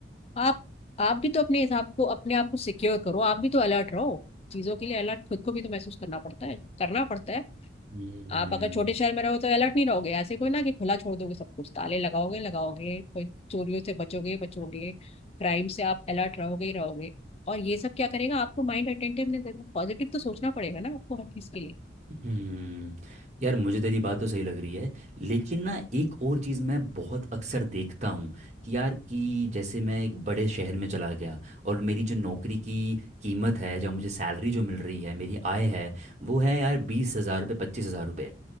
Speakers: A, on the left; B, on the right.
A: आप आप भी तो अपने हिसाब को अपने आप को सिक्योर करो आप भी तो अलर्ट रहो चीजों के लिए अलर्ट खुद को भी तो महसूस करना पड़ता है करना पड़ता है
B: हम्म
A: आप अगर छोटे शहर में रहो तो अलर्ट नहीं रहोगे ऐसे कोई ना कि खुला छोड़ दोगे सब कुछ ताले लगाओगे लगाओगे कोई चोरियों से बचोगे बचोगे क्राइम से आप अलर्ट रहोगे ही रहोगे और ये सब क्या करेगा आपको माइंड अटेंटिवनेस देगा पॉजिटिव तो सोचना पड़ेगा ना आपको हर चीज के लिए
B: हम्म यार मुझे तेरी बात तो सही लग रही है लेकिन ना एक और चीज़ मैं बहुत अक्सर देखता हूँ कि यार कि जैसे मैं एक बड़े शहर में चला गया और मेरी जो नौकरी की कीमत है जो मुझे सैलरी जो मिल रही है मेरी आय है वो है यार बीस हज़ार रुपये पच्चीस हज़ार रुपये